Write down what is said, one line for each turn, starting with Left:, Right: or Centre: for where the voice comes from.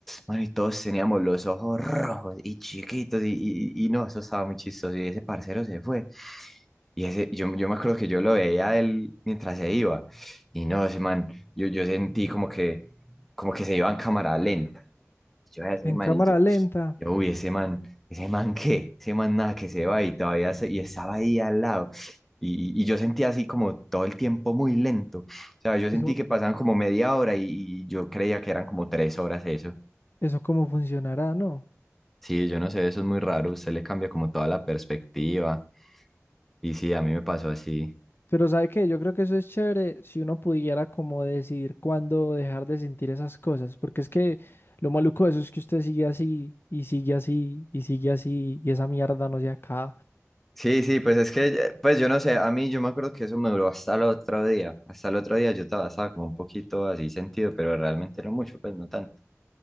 Centre: Mano, y todos teníamos los ojos rojos y chiquitos, y, y, y no, eso estaba muy chistoso. Y ese parcero se fue. Y ese, yo, yo me acuerdo que yo lo veía a él mientras se iba. Y no, ese man, yo, yo sentí como que, como que se iba en cámara lenta. Yo veía a ese
Left: En
Centre: man
Left: cámara
Centre: y yo,
Left: lenta.
Centre: yo, uy, ese man, ese man qué, ese man nada que se va y todavía se- y estaba ahí al lado. Y, y y yo sentía así como todo el tiempo muy lento. O sea, yo sentí
Left: Eso,
Centre: que pasaban como media hora y, y yo creía que eran como tres horas eso.
Left: eso cómo funcionará, ¿no?
Centre: Sí, yo no sé, eso es muy raro. Usted le cambia como toda la perspectiva. Y sí, a mí me pasó así.
Left: Pero ¿sabe qué? Yo creo que eso es chévere si uno pudiera como decidir cuándo dejar de sentir esas cosas. Porque es que lo maluco de eso es que usted sigue así, y sigue así, y sigue así, y esa mierda no se acaba.
Centre: Sí, sí, pues es que, eh, pues yo no sé, a mí yo me acuerdo que eso me duró hasta el otro día, hasta el otro día yo estaba, estaba como un poquito así sentido, pero realmente no mucho, pues no tanto.